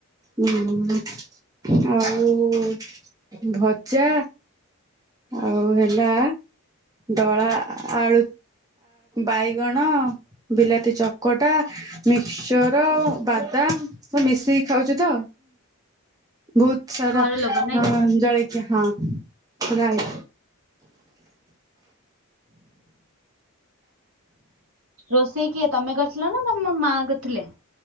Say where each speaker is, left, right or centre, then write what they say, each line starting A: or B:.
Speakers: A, on the right; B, on the right.
A: ହୁଁ ଆଉ ଭଜା। ଆଉ ହେଲା ଦଳା ଆଳୁ ବାଇଗଣ। ହ ବିଲାତି ଚକଟା। ମିକ୍ସିଚର ବାଦାମ ସବୁ ମିଶେଇ ଖାଉଚି ତ। ବୋହୁତ ସାରା
B: ଘର ଲୋକ ନାଇଁ କି?
A: ଜଳିଖିଆ ହଁ ପ୍ରାୟ।
B: ରୋଷେଇ କିଏ ତମେ କରିଥିଲ ନା ତମ ମା କରିଥିଲେ?